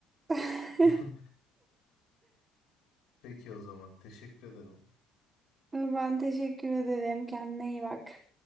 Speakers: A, on the right (about 25°); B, on the left (about 70°).
A: <laughs>
B: <laughs> Peki o zaman teşekkür ederim
A: Ben teşekkür ederim. Kendine iyi bak.